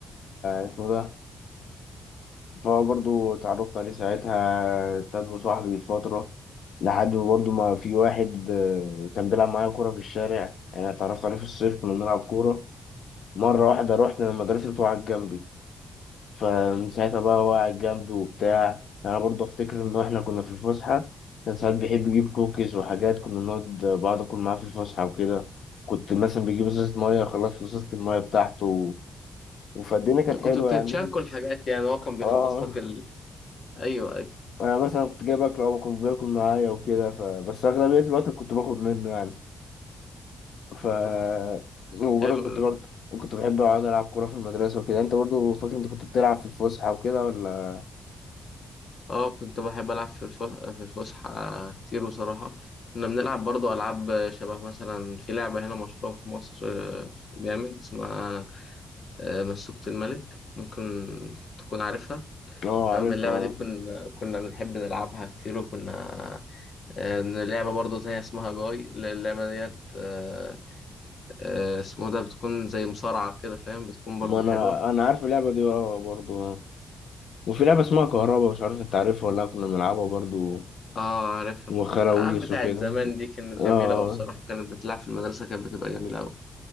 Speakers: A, on the left; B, on the left.
A: اسمه ده فهو برضو اتعرفت عليه ساعتها ابتدى صاحبي فترة لحد ما برضو ما في واحد آه، كان بيلعب معايا كورة في الشارع يعني اتعرفت عليه في الصيف كنا بنلعب كورة مرة واحدة رحنا مدرسته وقعد جنبي فمن ساعتها بقى هو قاعد جنبي وبتاع يعني أنا برضو أفتكر إن إحنا كنا في الفسحة كان ساعات بيحب يجيب كوكيز وحاجات كنا نقعد بعض أكل معاه في الفسحة وكده كنت مثلا بيجيب ازازة مية خلصت ازازة المية بتاعته وفالدنيا كانت حلوة
B: كنت بتتشاركوا
A: يعني
B: الحاجات يعني هو كان بيخلص
A: اه
B: لك ال... أيوه أيوه
A: انا مثلا كنت جايب اكل او كنت باكل معايا وكده ف... بس اغلبيه الوقت كنت باخد منه يعني ف
B: <laughs>
A: وبرضه
B: حلو
A: كنت برضه كنت بحب اقعد العب كوره في المدرسه وكده انت برضه فاكر انت كنت بتلعب في الفسحه وكده ولا
B: اه كنت بحب العب في الف... في الفسحه كتير بصراحه كنا بنلعب برضو العاب شبه مثلا في لعبه هنا مشهوره في مصر آه، جامد اسمها آه، مسوكة الملك ممكن تكون عارفها
A: اه
B: تمام
A: عارف
B: اللعبه
A: اه
B: دي كنا كنا بنحب نلعبها كتير وكنا آه، لعبة برضه تانية اسمها جاي اللعبة ديت آه، آه، اسمه ده بتكون زي مصارعة كده فاهم بتكون برضه
A: ما انا
B: حلوة
A: انا عارف اللعبه دي اه برضه وفي لعبه اسمها كهربا مش عارف انت عارفها ولا لأ، كنا بنلعبها برضه
B: اه عارفها
A: وخراويش
B: الألعاب بتاعت
A: وكده
B: زمان دي كانت
A: اه
B: جميلة أوي بصراحة كانت بتلعب في المدرسة كانت بتبقى جميلة أوي